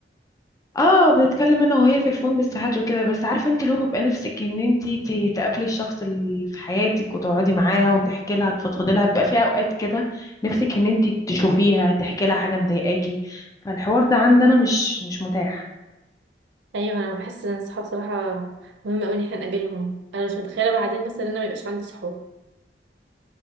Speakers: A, on the left; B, on the right.
A: اه بنتكلم انا وهي في الفون بالساعات وكده بس عارفه انت لو بيبقى نفسك ان انت ت- تقابلي الشخص اللي في حياتك وتقعدي معاها وتحكي لها تفضفضي لها بيبقى في اوقات كده نفسك ان انت تشوفيها تحكي لها حاجه مضايقاكي فالحوار ده عندنا مش مش متاح
B: ايوه انا بحس ان الصحاب صراحه مهم قوي ان احنا نقابلهم انا مش متخيله بعدين مثلا ان انا ما يبقاش عندي صحاب